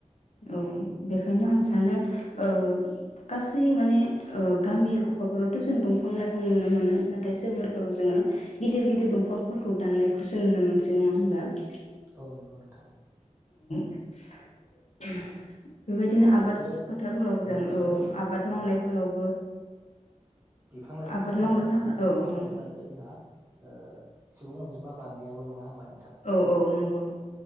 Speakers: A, on the left; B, on the right.
A: औ बेखायनो आं सानो ओ गासै माने ओ गामि गफाफोरावथ' जों दंफां लाइफां नुनो मोनो । नाथाय सोहोरफोराव जोङो गिदिर गिदिर दंफांफोरखौ दान्नायखौसो नुनो मोनसै नङा होनब्ला ।
B: औ नंगौ नोंथां ।
A: <unintelligible> बेबायदिनो
B: अ
A: आबाद
B: बेफोरो ओ
A: फोथारफोराव जों
B: बेफोर
A: औ आबाद मावनायफोरावबो
B: औ बिफां लाइफां
A: आबाद
B: खमायलांनायनि
A: मावनो थाखाय औ
B: जाहोना
A: औ
B: जाहैबाय जोंहा ओ सुबुं अनजिमा बांनायाबो नं <unintelligible>
A: औ औ नंगौ